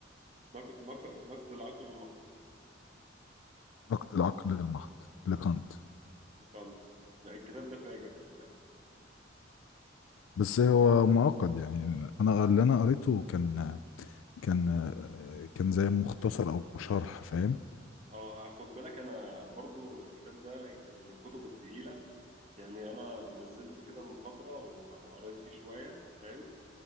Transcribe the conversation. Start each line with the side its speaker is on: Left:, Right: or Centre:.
Right: نق- نق- نقد العقل المحض
Left: نقد العقل المحض لكانت
Right: لكانت لا، الكتاب ده فاجر خد بالك
Left: بس هو
Right: يعني
Left: معقد يعني انا اللي انا قريته كان كان كان زي مختصر او شرح فاهم
Right: اه خد بالك انا برضو الكتاب ده من الكتب التقيلة يعني انا نزلته كده من فترة وع- وقريت فيه شوية فاهم